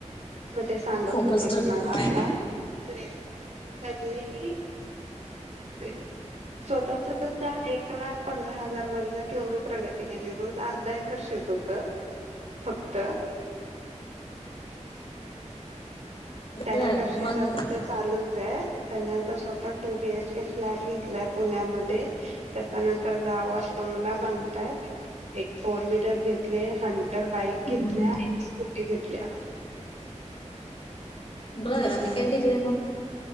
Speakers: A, on the right (about 70°); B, on the left (about 50°).
A: मग ते सांगत
B: खूपच
A: होते
B: स्ट्रगल
A: कि मला आता ते त्यांनी <unintelligible> स्वतःच त्या एक लाख पंधरा हजार मधन केवढी प्रगती केली म्ह अर्धा एकर शेत होत फक्त चार
B: बर
A: एकर शेतात
B: मग
A: ते चालूच आहे त्याने आता स्वतः टू बीएच के फ्लॅट घेतलाय पुण्यामध्ये त्याच्यानंतर गावात बंगला बांध तात एक फोर व्हीलर घेतले हंटर बाईक
B: हम्म
A: घेतल्या एक स्कूटी घेतल्या
B: बरं आणि काय घेतलंय मग